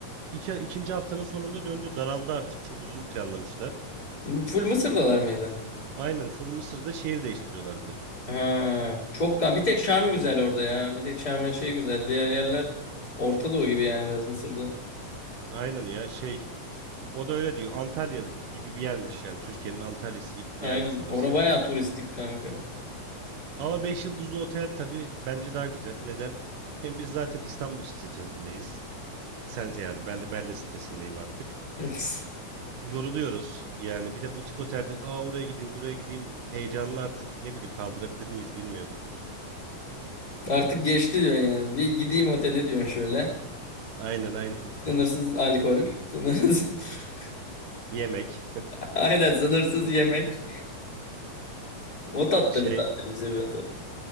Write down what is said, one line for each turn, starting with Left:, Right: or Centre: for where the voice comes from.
Right: İki, ikinci haftanın sonunda döndü. Daraldı artık. Çok uzun planlamışlar.
Left: Bu Full Mısır'dalar mıydı?
Right: Aynen full Mısır'da şehir değiştiriyorlardı.
Left: Ha. Çok kan. Bir tek Şarm güzel orada ya. Bir tek Şarm ve şey güzel. Diğer yerler Orta Doğu gibi yani biraz Mısır'da.
Right: Aynen ya şey. O da öyle diyor. Antalya gibi bir yermiş yani. Türkiye'nin Antalya'sı gibi
Left: Aynen.
Right: bir yermiş orası
Left: Orada bayağı
Right: yani.
Left: turistik kanka.
Right: Ama 5 yıldızlı otel tabii bence daha güzel. Neden? Şimdi biz zaten İstanbul sitesindeyiz. Sence yani ben de Berlin sitesindeyim artık.
Left: <laughs>
Right: Yoruluyoruz. Yani bir de butik otelde aa oraya gideyim buraya gideyim heyecanlı artık ne bileyim kaldırabilir miyiz bilmiyorum.
Left: Artık geçti diyor yani. Bir gideyim otele diyorsun şöyle.
Right: Aynen aynen. <laughs>
Left: Sınırsız alkol. Sınırsız. <laughs>
Right: Yemek
Left: Aynen sınırsız yemek. O tatta
Right: şey
Left: bir tatil mi seviyorsun sen?